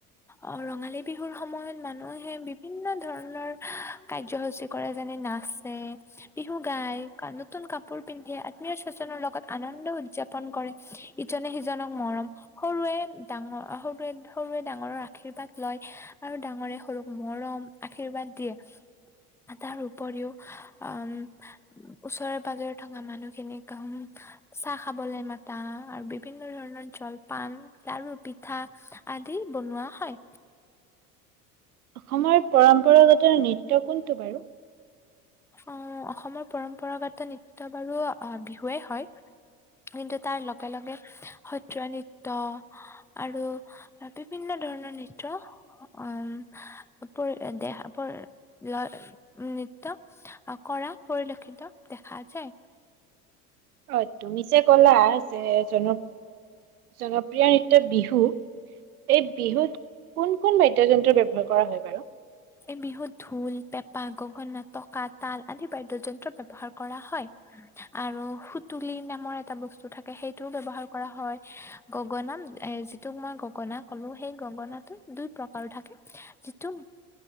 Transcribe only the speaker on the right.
অসমৰ পৰম্পৰাগত নৃত্য কোনটো বাৰু?
অ' তুমি যে ক'লা যে জনপ্ৰিয় জনপ্ৰিয় নৃত্য বিহু, এই বিহুত কোন কোন বাদ্যযন্ত্ৰ ব্যৱহাৰ কৰা হয় বাৰু?